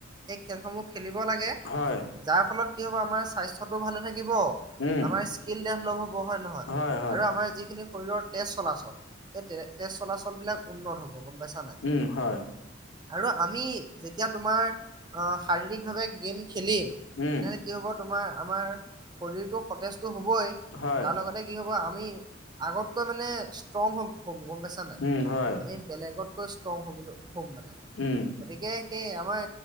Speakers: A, on the right; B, on the left.
A: সেই খেলসমূহ খেলিব লাগে।
B: হয়।
A: যাৰ ফলত কি হ'ব আমাৰ স্বাস্থ্যটো ভালে থাকিব
B: উম,
A: আমাৰ স্কিল দেভলপ হ'ব হয় নহয়
B: হয়, হয়,
A: আৰু আমাৰ যিখিনি শৰীৰৰ তেজ চলাচল সেই তেজ চলাচলবিলাক উন্নত হ'ব গম পাইছা নাই?
B: উম, হয়,
A: আৰু আমি যেতিয়া তোমাৰ অ শাৰীৰিকভাৱে গেম খেলিম
B: উম,
A: কি হ'ব তোমাৰ আমাৰ শৰীৰটো সতেজটো হ'বই
B: হয়,
A: তাৰ লগতে কি হ'ব আমি আগতকৈ মানে ষ্ট্ৰং হ'ম হ'ম গম পাইছা নাই
B: উম, হয়।
A: আমি বেলেগতকৈ ষ্ট্ৰং হ'বলৈ হ'ম মানে।
B: উম,
A: গতিকে সেই আমাৰ